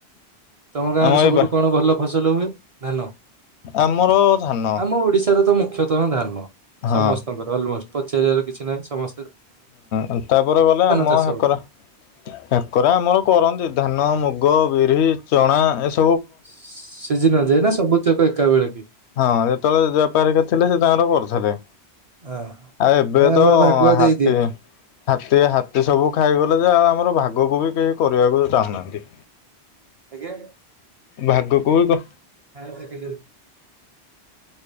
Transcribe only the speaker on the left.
ଆମ
ଏଇ ବା
ଆମର ଧାନ।
ହଁ
ହୁଁ ତାପରେ ଗଲେ ଆମ
ହେକରା
ହକରା ଆମର କରନ୍ତି, ଧାନ, ମୁଗ, ବିରି, ଚଣା, ଏସ
ହଁ ଯେତେବେଳେ ଜେଜେବାପା ହରିକା ଥିଲେ ସେତାଙ୍କର କରୁଥୁଲେ।
ଆଉ ଏବେତ
ହାତୀ
ହାତୀ ହାତୀ ସବୁ ଖାଇଗଲେଯେ ଆଉ ଆମର ଭାଗକୁବି କେହି କରିବାକୁ ଚାହୁଁନାହାନ୍ତି।
ଭାଗ କୋଉ କ